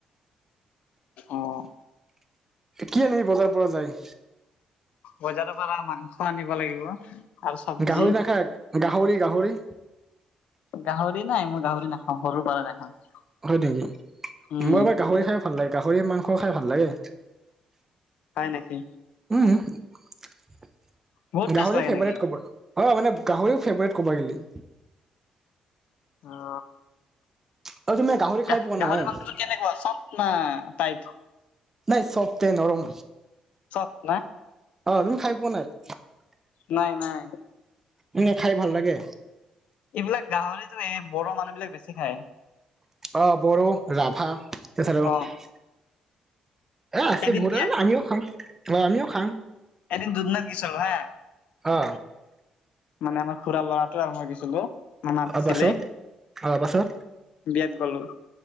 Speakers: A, on the left; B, on the right.
A: অঁ!
B: কি আনিলি বজাৰৰ পৰা যায়।
A: বজাৰৰ পৰা মাংস আনিব লাগিব। আৰু চব্জি
B: গাহৰি নাখায় গাহৰি গাহৰি।
A: গাহৰি নাই মই গাহৰি নাখাওঁ সৰুৰ পৰাই নাখাওঁ।
B: হয়ঁ নেকি
A: উম
B: মই এবাৰ গাহৰি খাই ভাল লাগে গাহৰি মাংস খাই ভাল লাগে।
A: হয়ঁ নেকি?
B: উম গাহৰি
A: বহুত টেষ্ট লাগে
B: ফেভাৰেট
A: নেকি
B: কবা। অ মানে গাহৰিও ফেভৰেট ক'ব গেলি।
A: অ
B: অ তুমি গাহৰি খাই
A: গা-গাহৰি
B: পোৱা নাই
A: মংছ কেনেকুৱা চফ্ট না টাইত?
B: নাই চবটে নৰম,
A: চফ্ট না
B: অ তুমি খাই পোৱা নাই?
A: নাই নাই।
B: এনে খাই ভাল লাগে।
A: এইবিলাক গাহৰিতো এই বড়ৰ মানুহ বিলাক বেছি খায়।
B: অহ বড়ো, ৰাভা, <unintelligible>
A: অ
B: অহ আছে
A: এদিন
B: বহুধৰণৰ
A: বিয়া
B: আমিও খাং। অ আমিও খাং।
A: এদিন দুধনৈ গৈছিলো হা।
B: অ।
A: মানে আমাৰ খুৰাৰ ল'ৰাটো আৰু মই গৈছিলো মানে মাটিছিলে
B: পাছত অ পাছত
A: বিয়াত গ'লো